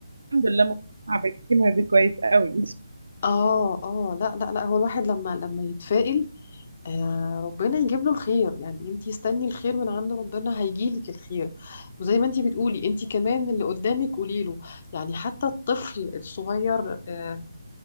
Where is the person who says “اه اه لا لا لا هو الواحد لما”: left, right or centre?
Left